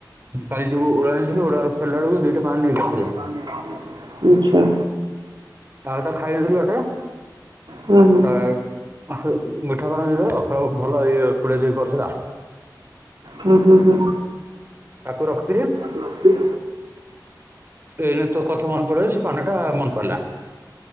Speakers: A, on the right; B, on the right.
A: କାଲି ଯୋଉ ଓଳା ଆଣିଥିଲି, ଓଡା ରୁ ଫେରିଲା ବେଳକୁ ଦିଟା ପାନ୍ ନେଇଆସିଥିଲା।
B: <unintelligible> ଆଚ୍ଛା।
A: ଆଉ ତ ଖାଇ ନଥିଲୁ ବାଟରେ
B: ହଁ ହଁ
A: ତ ଏ ହେ ମିଠା ପାନ ଦେଇଥିଲା ତ, ଭଲ ଇଏ ପୁଡ଼ିଆ ଦେଇ କରି ଥିଲା।
B: ହୁ ହୁ ହୁ।
A: ତାକୁ ରଖି ପରିବେ?
B: ରଖୁଛି।
A: ଏଇନେ ତୋ କଥା ମନେ ପଡିଗଲା ସେ ପାନ ଟା ମନ ପଡିଲା।